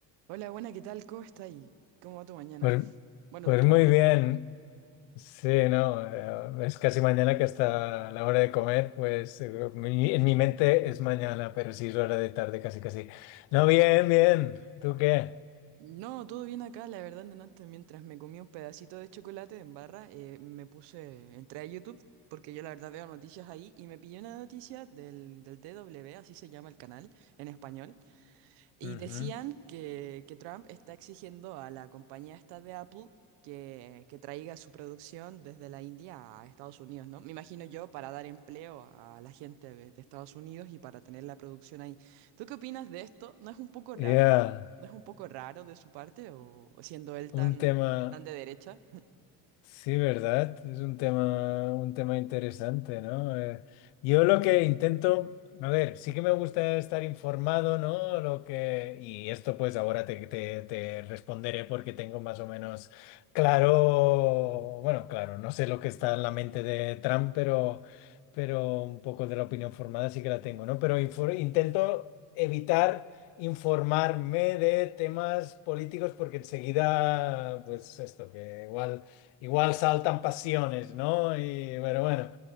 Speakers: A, on the right; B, on the left.
A: Hola, buena, ¿qué tal? ¿Cómo está ahí? ¿Cómo va tu mañana?
B: Pues,
A: Bueno,
B: pues
A: tu tarde,
B: muy
A: disculpa.
B: bien, sí, no, eh, es casi mañana que hasta la hora de comer, pues eh, mi- en mi mente es mañana, pero sí es hora de tarde, casi casi. No, bien, bien, ¿tú qué?
A: No, todo bien acá, la verdad, antes mientras me comí un pedacito de chocolate en barra, eh, me puse, entré a YouTube, porque yo la verdad veo noticias ahí, y me pillé una noticia del, del TW, así se llama el canal en español, Y
B: Ujú.
A: decían que, que Trump está exigiendo a la compañía esta de Apple que, que traiga su producción desde la India a Estados Unidos, ¿no? Me imagino yo para dar empleo a la gente de, de Estados Unidos y para tener la producción ahí. ¿Tú qué opinas de esto? ¿No es un poco
B: Ya,
A: raro? ¿Es- ¿No es un poco raro de su parte o siendo él tan,
B: Un tema.
A: tan de derecha?
B: Sí, ¿verdad? Es un tema, un tema interesante, ¿no? Eh, yo lo que intento, a ver, sí que me gusta estar informado, ¿no? Lo que, y esto pues ahora te, te- te responderé porque tengo más o menos claro, bueno, claro, no sé lo que está en la mente de Trump, pero, pero un poco de la opinión formada sí que la tengo, ¿no? Pero infor- intento evitar... informarme de temas políticos porque enseguida, pues esto, que igual igual saltan pasiones, ¿no? Y, pero bueno,